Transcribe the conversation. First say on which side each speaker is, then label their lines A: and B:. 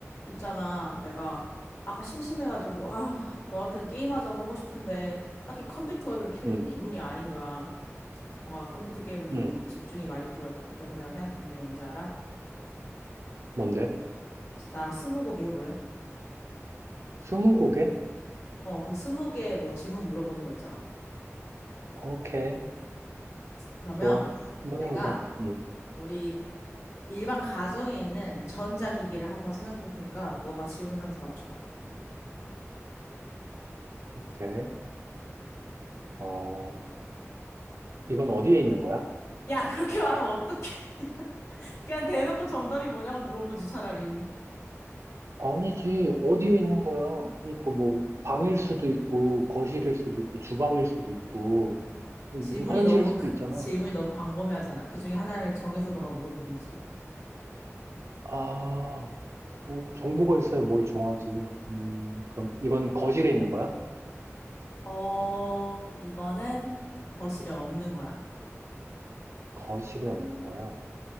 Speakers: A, on the left; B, on the right.
A: 있잖아, 내가 아까 심심해가지고, 아, 너한테 게임하자고 하고 싶은데, 딱히 컴퓨터를 킬
B: 음,
A: 기분이 아닌 거야. 뭔가 컴퓨터 게임은 좀
B: 음.
A: 집중이 많이 필요하잖아. 그래서 내가 생각해낸 게 뭔지 알아?
B: 뭔데?
A: 나랑 스무고개 해볼래?
B: 스무고개?
A: 어, 그 스무개 뭐 질문 물어보는 거 있잖아.
B: 오케이.
A: 그러면
B: 좋아. 한번
A: 내가
B: 해보자. 음,
A: 우리 일반 가정에 있는 전자기기를 한번 생각해 볼 테니까, 너가 질문하면서 맞춰봐.
B: 음. 오케이. 어, 이건 어디에 있는 거야?
A: 야, 그렇게 말하면 어떡해. <laughs> 그냥 대놓고 정답이 뭐냐고 물어보지, 차라리.
B: 아니지. 어디에 있는 거야? 그러니까 뭐, 방일 수도 있고, 거실일 수도 있고, 주방일 수도 있고, 뭐
A: 질문이
B: 화장실일
A: 너무
B: 수도
A: 크-
B: 있잖아.
A: 질문이 너무 광범위하잖아. 그 중에 하나를 정해서 너가 물어보든지.
B: 아, 뭐, 정보가 있어야 뭘 정하지. 음, 그럼 이건 거실에 있는 거야?
A: 어, 이거는 거실에 없는 거야.
B: 거실에 없는 거야.